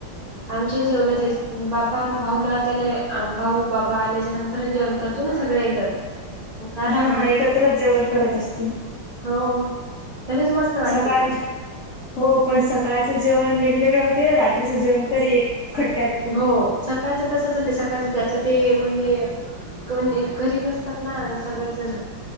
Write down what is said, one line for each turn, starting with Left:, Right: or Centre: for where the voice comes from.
Right: आमचे जेवण बाबा भाऊला त्याला भाऊ बाबा आल्याच्या नंतरच जेवण कर तुम्ही सगळे एकदाच आरामान
Left: हा एकत्रच जेवण करत असतील
Right: हो तसेच मस्त वाटते
Left: सकाळ हो पण सकाळचं जेवण वेगवेगळं होते रात्रीचं जेवण तर एक खट
Right: हो सकाळचं तसच होते सकाळच ज्याच ते म्हणजे कोनी घरी नसतात ना सगळेच जण